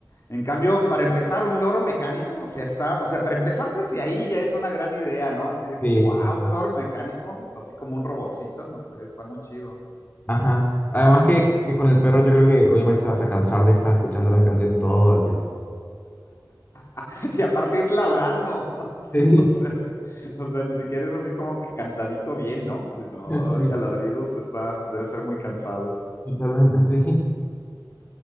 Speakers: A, on the left (about 40°); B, on the left (about 25°).
A: En cambio, para empezar, un loro mecánico, o sea, está, o sea, para empezar desde ahí ya es una gran idea, ¿no? Así de
B: Sí,
A: que, wow,
B: sí, sí.
A: un loro mecánico, así como un robotcito, no sé, está muy chido.
B: Ajá. Además que,
A: Y,
B: que con el perro yo creo que obviamente te vas a cansar de estar escuchando las canciones todo el tiempo.
A: <laughs> y aparte es ladrando,
B: Sí,
A: <laughs> o sea, o sea, ni siquiera es así como que cantadito bien, ¿no? Sino,
B: <laughs> sí,
A: ay, a ladridos está, debe ser muy cansado.
B: totalmente sí.